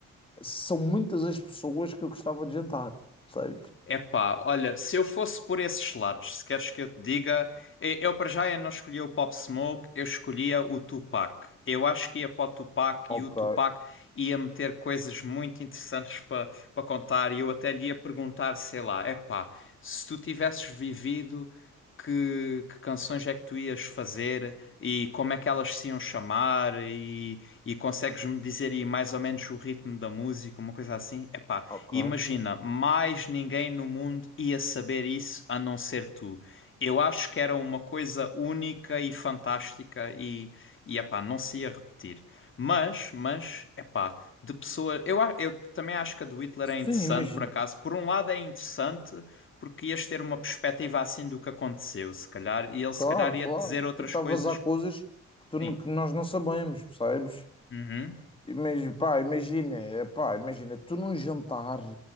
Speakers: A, on the left; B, on the left.
A: São muitas as pessoas que eu gostava de jantar, percebes?
B: Epá, olha, se eu fosse por esses lados, se queres que eu te diga, eh, eu para já eu não escolhia o Pop Smoke, eu escolhia o Tupac. Eu acho que ia para o Tupac
A: Ok,
B: e o Tupac ia meter coisas muito interessantes para para contar e eu até lhe ia perguntar, sei lá, epá, se tu tivesses vivido, que, que canções é que tu ias fazer e como é que elas se iam chamar e, e consegues-me dizer aí mais ou menos o ritmo da música, uma coisa assim? Epá,
A: ok.
B: Imagina, mais ninguém no mundo ia saber isso a não ser tu. Eu acho que era uma coisa única e fantástica e, e epá, não se ia repetir. Mas, mas, epá, de pessoa. Eu, a- eu também acho que a do Hitler
A: Sim,
B: é interessante,
A: imagina.
B: por acaso. Por um lado é interessante, porque ias ter uma perspectiva assim do que aconteceu, se calhar. E ele, se
A: Claro,
B: calhar, ia
A: claro.
B: te dizer outras
A: E talvez
B: coisas.
A: há coisas
B: que-
A: que, tu
B: Sim.
A: não- que nós não sabemos, percebes?
B: Uhum.
A: Imagina, pá, imagina, eh, pá, imagina, tu num jantar